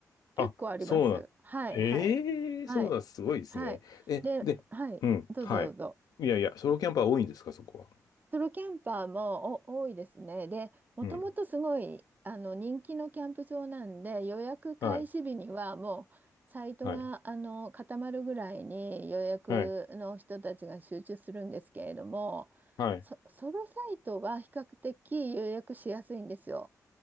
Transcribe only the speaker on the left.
あ、そうなん。
ええそうなん、
すごいですね。
え、
で、
うん、
はい。いやいや、ソロキャンパー多いんですか、そこは。
うん。
はい、はい、はい、はい。